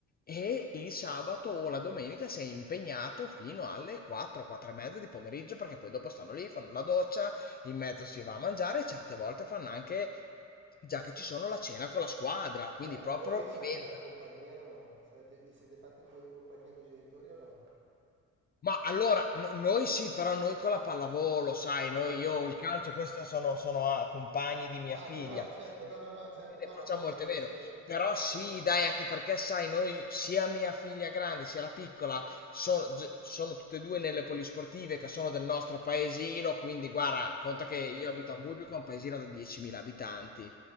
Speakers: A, on the left; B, on the right.
A: e il sabato o la domenica sei impegnato fino alle 4, 4 e mezza di pomeriggio perché poi dopo stanno lì, fanno la doccia, in mezzo si va a mangiare e certe volte fanno anche, già che ci sono, la cena con la squadra, quindi
B: Eh,
A: proprio
B: ma voi ci
A: diventa
B: avete la compagnia o no? Ci avete- vi siete fatti un po' di compagnia con i genitori o no?
A: Ma allora, no- noi sì, però noi con la pallavolo, sai, noi,
B: Ah,
A: io il
B: ah.
A: calcio, questi sono, sono ah, compagni di mia
B: Ah,
A: figlia,
B: no, no, certo,
A: e
B: no, no, no, certo,
A: quindi ne
B: no,
A: facciamo
B: ma voi
A: molte
B: invece...
A: meno. Però
B: vuol
A: sì,
B: dire-
A: dai, anche perché, sai, noi, sia mia figlia grande sia la piccola, sono, gi- sono tutte e due nelle polisportive che sono del nostro paesino, quindi guarda,
B: Ah,
A: conta che
B: quindi
A: io
B: c'è,
A: abito a Budrio,
B: certo.
A: che è un paesino da 10.000 abitanti.